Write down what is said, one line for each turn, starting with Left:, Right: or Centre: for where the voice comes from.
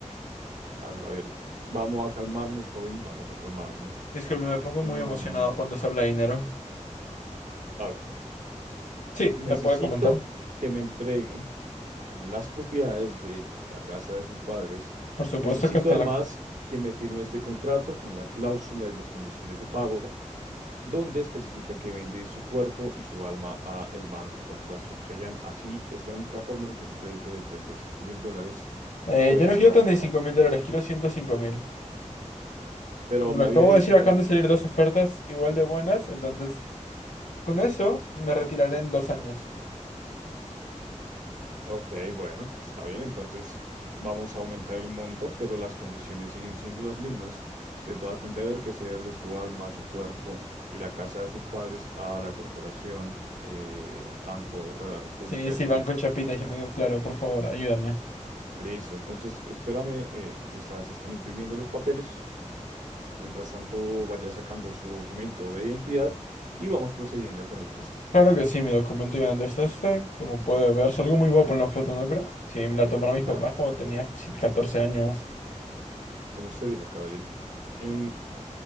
Right: a ver, a ver. Vamos a calmarnos, joven, vamos a calmarnos.
Left: Disculpe, me pongo
Right: Mm,
Left: muy emocionado cuando se habla de dinero.
Right: a ver,
Left: Sí,
Right: necesito
Left: me puede comentar.
Right: que me entregue. las propiedades de la casa de sus padres.
Left: Por supuesto
Right: Necesito
Left: que hasta
Right: además
Left: la...
Right: que me firme este contrato con la cláusula y las condiciones de pago, donde especifica que vende su cuerpo y su alma a el Banco Corporación Chayán. Así es la única forma en que su crédito de treinta y cinco mil dólares
Left: Eh,
Right: puede
Left: yo no
Right: ser
Left: quiero
Right: aprobado.
Left: 35 mil dólares, quiero 105 mil.
Right: Pero
Left: Como
Right: me
Left: lo acabo
Right: había dicho
Left: de decir, acaban de salir dos ofertas igual de buenas, entonces con eso me retiraré en dos años.
Right: Ok, bueno, está bien. Entonces vamos a aumentar el monto, pero las condiciones siguen siendo las mismas. Usted va a tener que cederle su alma, su cuerpo y la casa de sus padres a la corporación eh, Banco de la República
Left: Sí,
Right: de
Left: sí,
Right: Chayán.
Left: Banco Chapita, yo me digo, claro, por favor, ayúdame.
Right: Listo, entonces espérame eh, que está- se están imprimiendo los papeles. Mientras tanto, vaya sacando su documento de identidad y vamos procediendo con el préstamo. <laughs>
Left: Claro que sí, mi documento ya no es este, como puede verse, algo muy guapo en la foto, ¿no creo? Sí, me la tomaron mis papás
Right: Ja,
Left: cuando tenía 14 años.
Right: como usted diga, caballero. Em,